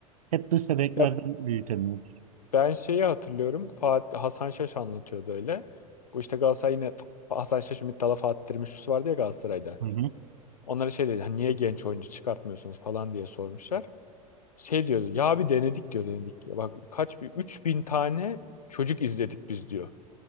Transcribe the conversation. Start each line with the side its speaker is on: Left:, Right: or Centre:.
Right: Hep dış sebeplerden
Left: Ya
Right: büyütemiyoruz.
Left: ben şeyi hatırlıyorum Fatih Hasan Şaş anlatıyordu öyle. Bu işte Galatasaray yine Fa- Hasan Şaş, Ümit Dala, Fatih Terim üçlüsü vardı ya Galatasaray'da.
Right: Hı hı.
Left: Onlara şey dedi hani niye genç oyuncu çıkartmıyorsunuz falan diye sormuşlar. Şey diyordu ya bir denedik diyor denedik. Ya bak kaç bir 3000 tane çocuk izledik biz diyor.